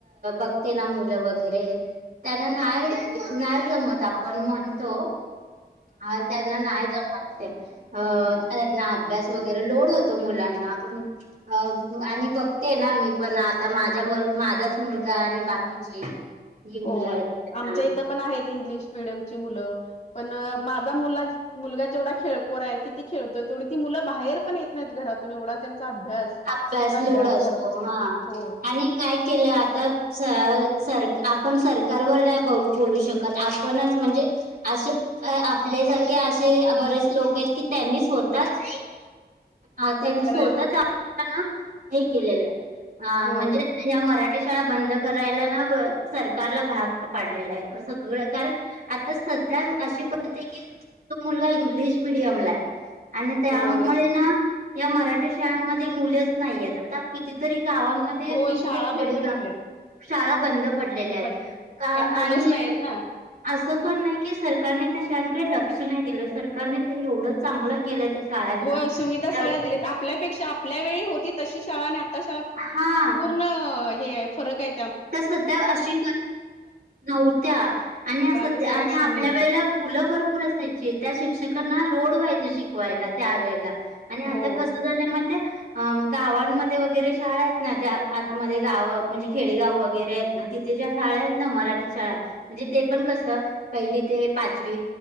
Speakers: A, on the right (about 60°); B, on the left (about 45°).
A: बघते ना मुलं वगैरे त्यांना नाही नाही जमत आपण म्हणतो हा त्यांना नाही जमतते अ
B: हो
A: त्यांना अभ्यास वगरे लोड होतो मुलांना पण अ आणि बघ ते ना मी पण आता माझ्या बर माझाच मुलगा आणि बाकीचे जी मुलं
B: होय.
A: आहेत त्यांना
B: आमच्या इथं पण आहेत इंग्लिश मिडियमची मुलं. पण माझा मुला मुलगा जेवढा खेळकोर आहे की ती खेळतोय तेवढी ती मुलं बाहेर पण येत नाहीत घरातून एवढा त्यांचा अभ्यास
A: अभ्यास
B: फक्त
A: लोड असतो
B: करत
A: हा..
B: हो
A: आणि काय केलं आता स सर आपण सरकारवर नाई बोलू शकत. कद आपणच म्हणजे अशे आपल्यासारखे आशे बरेच लोक एत की त्यांनी स्वतःच अ त्यांनी
B: करायला
A: स्वतःच आपल्याला ना हे केलेलं ए अ
B: होय
A: म्हणजे ह्या मराठी शाळा बंद करायला ना सरकारला भाग पाडलेलं ए. सगळं कारण आता सध्या अशी परी की तो मुलगा इंग्लिश मिीडियमला ए. आणि त्यामुळे
B: हो
A: ना या मराठी शाळांमधे मुलेच नाहीयत. आता? कितीतरी गावांमध्ये
B: होय
A: कितीतरी
B: शाळा
A: खेडेगाव
B: बंद पडलेत
A: शाळा बंद पडलेल्या
B: पडलेत
A: त
B: कारण मुलंच
A: आणि
B: नाहीयेत ना
A: आसं पण नाई की सरकारने त्या शां कडे लक्ष नाही दिलं. सरकारने तरी एवढं चांगलं केलं त्या शाळांना
B: होय. सुविधा
A: हा
B: सगळ्या दिलेत. आपल्यापेक्ष आपल्या वेळी होती तशी शाळा आन् आता शाळा
A: हा
B: पूर्ण हे आये फरक आए.
A: तर सध्या अशी नव्हत्या आणि आ
B: पण
A: सध्या
B: आता सगळ्या
A: आणि
B: सुविधा
A: आपल्या वेळेला मुलं भरपूर असायची. त्या शिक्षकांना लोड व्हायचं शिकवायला त्यावेेळेला आणि आता
B: हो
A: कसं झालंय माइतेय? अ गावांमध्ये वगरे शाळा एत ना ज्या आतमध्ये गावं म्हणजी खेडेगाव वगरे एत ना, तिथे ज्या शाळा एत ना मराठी शाळा म्हणजे ते पण कसं, पहिली ते पाचवी